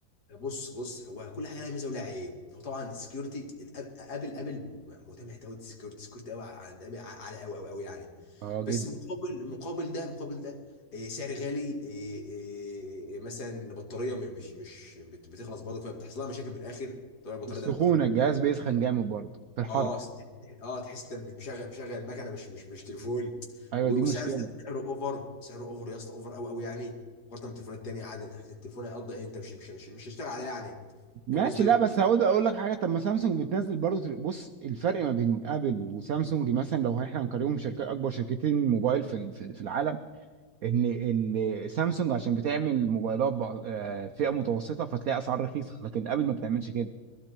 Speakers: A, on the left; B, on the right.
A: بص بص هو كل حاجه لها ميزه ولها عيب هو طبعا السكيورتي ابل ابل مهتم حته قوي السكيورتي السكيورتي قوي عند ابل ع- عالي قوي قوي قوي يعني
B: اه جدا
A: بس مقابل مقابل ده مقابل ده إيه، سعر غالي إيه، إيه، مثلا بطاريه مش مش مش بت- بتخلص برضه فبتحصل لها مشاكل في الاخر طبعا البطاريه
B: السخونه
A: ده البطاريه
B: الجهاز بيسخن جامد برضه في الحر
A: اه س- اه تحس انت مش مشغل مشغل المكنه مش مش مش تليفون
B: ايوه
A: و-
B: دي مشكله
A: وسعر سعره اوفر سعره اوفر يا اسطى اوفر قوي قوي يعني مقارنه بتليفونات تانيه عادي احسن التليفون هيقضي ايه انت مش مش مش مش هيشتغل عليه يعني
B: ماشي
A: فاهم قصدي؟
B: لا بس هقول اقول لك حاجه طب ما سامسونج بتنزل برضه بص الفرق ما بين ابل وسامسونج مثلا لو احنا هنقارنهم شركات اكبر شركتين موبايل في ال- في في العالم ان ال- سامسونج عشان بتعمل موبايلات بأ- آه، فئه متوسطه فتلاقي اسعار رخيصه لكن ابل ما بتعملش كده